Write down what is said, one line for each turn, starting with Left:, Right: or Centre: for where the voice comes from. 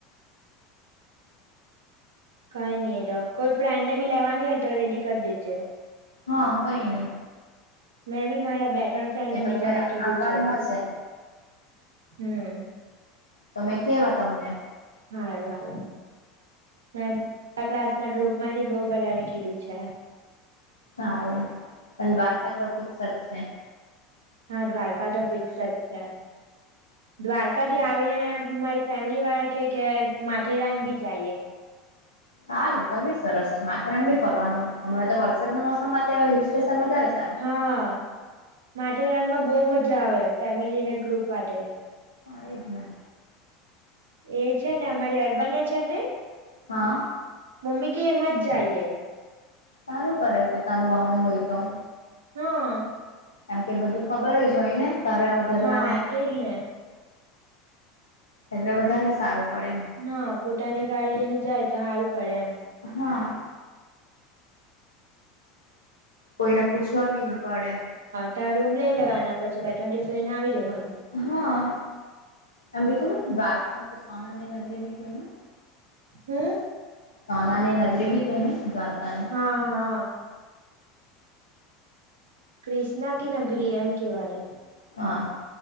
Right: કઈ નઈ કોઈ ફ્રેન્ડ ને બી લેવાની હોય તો રેડી કરી દેજે
Left: હા કઈ નહી
Right: મેં બી મારા બેટન ફ્રેન્ડને
Left: એ તો
Right: બીજાને
Left: કોઈ
Right: કીધું
Left: આવવાનું
Right: છે
Left: હશે
Right: હમ
Left: તમે કેવા તમને
Right: હારું હારું મે ક્લાસ ના ગ્રુપ માંથી બહુ બધાને કીધું છે.
Left: સારું પણ દ્વારકા તો ફિક્સ જ છે.
Right: હા દ્વારકા તો ફિક્સ જ છે. દ્વારકા થી આવીને મારી ફેમિલી વાળા કે કે માથેરાન બી જઈએ
Left: સારું ત બી સરસ છે માથેરાન ભી ફરવાનું હમણાં તો વરસાદના મોસમમાં તો એવા હિલ સ્ટેશન વધારે સારું
Right: હા, માથેરાનમાં બહુ મજા આવે ફેમિલીને ગ્રુપ માટે.
Left: એ જને.
Right: એ છે ને અમારી અરબાનીયા સાથે,
Left: હા
Right: મમ્મી કે એમાં જ જઈએ.
Left: સારું કરે પોતાનું વાહન હોય તો.
Right: હમ.
Left: કેમ કે બધું ખબર જ જ હોય ને તારે ઘરમાં
Right: હા
Left: ને.
Right: તેજ ને
Left: એટલે વધારે સારું. પડે
Right: હા પોતાની ગાડી લઈને જાય તો સારું પડે એમ.
Left: હા. કોઈને પૂછવા બી નહી પડે.
Right: ત્યાં રૂમ લઈ લેવાના પછી બે ટ્રન્ટસને આવી રહેેવાનું.
Left: હા, અી ખબર દ્વારકાં તો સોનાની નગરી ભી કેવાય.
Right: હમ.
Left: સોના અનેની નગરી બ ક ને દ્વારકાની?
Right: હા હા. ક્રૃષ્ના ક નગરી એમ કવાય.
Left: હા.